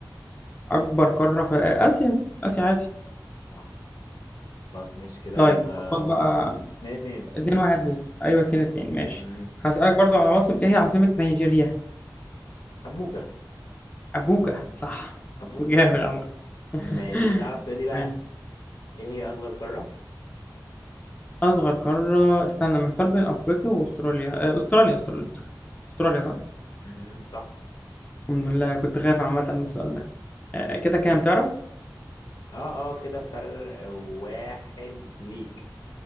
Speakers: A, on the left (about 20°); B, on the left (about 85°).
A: اكبر قارة في اسيا اسيا عادي
B: صح خلاص ماشي كده
A: طيب خد
B: واحد
A: بقى
B: اتنين اتنين
A: اتنين واحد ليه ايوه اتنين اتنين ماشي
B: امم
A: هسالك برضو على عواصم ايه هي عاصمة نيجيريا
B: ابوجا
A: ابوجا صح
B: ابوجا
A: جامد عامة <laughs>
B: ماشي تعرف تقول لي بقى
A: ماشي
B: ايه هي اصغر قارة
A: اصغر قارة استنى محتار بين افريقيا واستراليا آه، استراليا استراليا استراليا استراليا صح
B: امم صح
A: الحمد لله كنت خايف عامة من السؤال ده
B: امم
A: آه، كده كام تعرف
B: اه اه كده فرق واحد ليك